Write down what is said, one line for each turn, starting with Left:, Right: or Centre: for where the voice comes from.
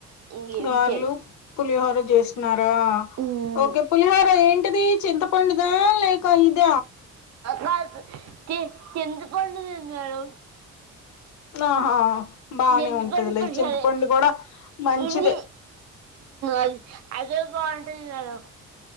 Right: ఇంకేం
Left: గార్లు
Right: చేయలేదు
Left: పులిహోర చేస్తున్నారా
Right: ఉమ్,
Left: ఓకే పులిహోర ఏంటిది చింతపండుదా లే క ఇద
Right: కాదు చింతపండుదే మేడం
Left: ఆహా బానే
Right: చింతపండు
Left: ఉంటదిలే
Right: పులిహారే
Left: చింతపండు కూడా మంచిదే
Right: ఇది అది అదే భావుంటది మేడం